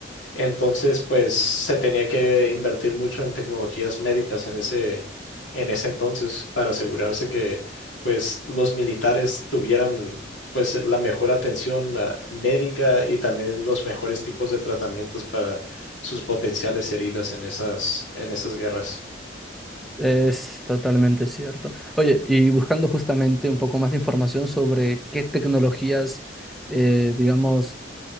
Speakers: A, on the left (about 85°); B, in the centre.
A: Entonces, pues se tenía que invertir mucho en tecnologías médicas en ese, en ese entonces para asegurarse que pues los militares tuvieran pues la mejor atención ah, médica y también los mejores tipos de tratamientos para sus potenciales heridas en esas, en esas guerras.
B: Es totalmente cierto. Oye, y buscando justamente un poco más de información sobre qué tecnologías, eh, digamos,